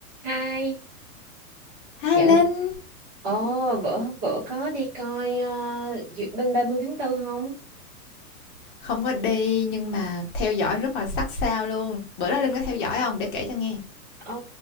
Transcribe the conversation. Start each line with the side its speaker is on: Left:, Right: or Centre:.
Right: Hai,
Left: Hi
Right: dạ,
Left: Linh,
Right: ồ, bữa bữa có đi coi ờ, duyệt binh 30 tháng 4 không?
Left: không có đi nhưng mà theo dõi rất là sát sao luôn. Bữa đó Linh có theo dõi không để kể cho nghe.
Right: Ờ,